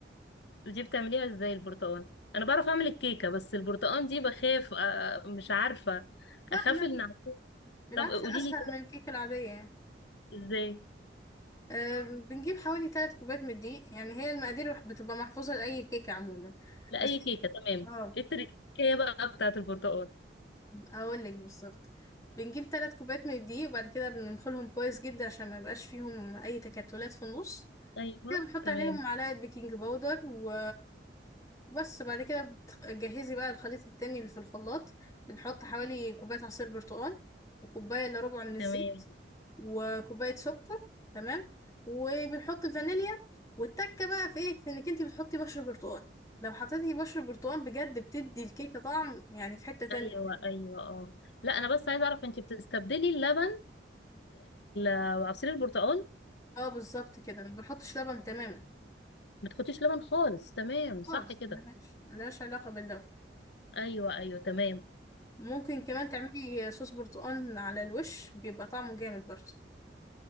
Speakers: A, on the left (about 75°); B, on the left (about 20°).
A: دي بتعمليها ازاي البرتقال انا بعرف اعمل الكيكه بس البرتقال دي بخاف آه، مش عارفه
B: لا
A: اخاف
B: لا
A: ان أعمله.
B: بالعكس
A: طب قولي
B: اسهل
A: لي كده
B: من الكيكة العادية يعني
A: ازاي
B: أم، بنجيب حوالي ثلاث كوبايات من الدقيق يعني هي المقادير رح- بتبقى محفوظة لأي كيكة عموما
A: لاي
B: بس
A: كيكه
B: <laughs>
A: تمام
B: اه
A: ايه التركية بقى بتاعه البرتقال
B: هقول لك بالظبط بنجيب ثلاث كوبايات من الدقيق وبعد كده بننخلهم كويس جدا عشان ما يبقاش فيهم أي تكتلات في النص
A: ايوه
B: كده بنحط
A: تمام
B: عليهم معلقة بيكنج باودر و... وبس بعد كده بتجهزي بقى الخليط التاني اللي في الخلاط بنحط حوالي كوباية عصير برتقال وكوباية إلا ربع من الزيت
A: تمام
B: وكوباية سكر تمام وبنحط فانيليا والتكة بقى في ايه في انك انتي بتحطي بشر برتقال لو حطيتي بشر برتقال بجد بتدي الكيكة طعم يعني في حتة تانية
A: ايوه ايوه اه لا انا بس عايزه اعرف انت بتستبدلي اللبن بعصير البرتقال
B: اه بالظبط كده ما بنحطش لبن تماما
A: ما تحطيش لبن خالص تمام صح
B: خالص
A: كده
B: ملهاش ملهاش علاقة باللبن
A: ايوه ايوه تمام
B: ممكن كمان تعملي صوص برتقال على الوش بيبقى طعمه جامد برضه